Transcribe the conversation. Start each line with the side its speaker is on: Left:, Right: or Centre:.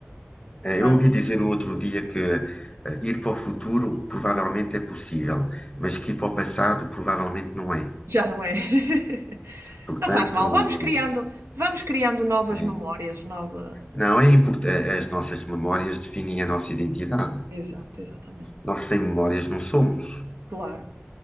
Left: É,
Right: mas
Left: eu ouvi dizer no outro dia que eh, ir para o futuro provavelmente é possível, mas que ir para o passado provavelmente não é.
Right: já não é. <laughs>
Left: Portanto,
Right: Não faz mal. Vamos criando,
Left: eh,
Right: vamos criando novas
Left: é.
Right: memórias, nova.
Left: Não, é importante. As nossas memórias definem a nossa identidade.
Right: Exato, exatamente.
Left: Nós sem memórias não somos.
Right: Claro,